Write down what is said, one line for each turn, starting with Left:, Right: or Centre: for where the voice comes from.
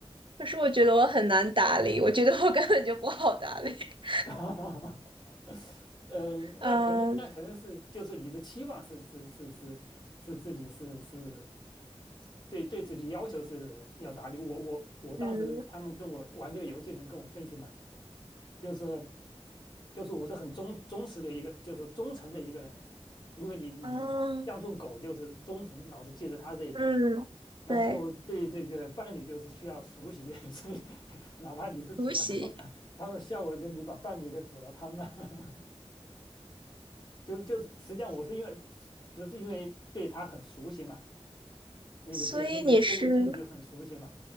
Right: 可是我觉得我很难打理，我觉得我根本就不好打理 <laughs>。
Left: <laughs> 哈哈，嗯，
Right: 嗯
Left: 那可能那可能是就是你的期望是是是是是自己是是对对自己要求是要达到。我我我当时他们跟我玩这个游戏，
Right: 嗯
Left: 能跟我分析嘛？就是就是我是很忠忠实的一个，就是忠诚的一个人，因为你你你像种狗就是忠诚，
Right: 啊
Left: 老是记着它这一点嘛。
Right: 嗯，
Left: 然后对这个伴侣就是需要熟悉，
Right: 对，
Left: <laughs> 所以哪怕你是煮了汤，
Right: 独席。
Left: 它的效果就是你把伴侣给煮了汤了。<laughs> 就就是实际上我是因为只是因为对他很熟悉嘛，那个对那个这个剧就很熟悉嘛，
Right: 所以你是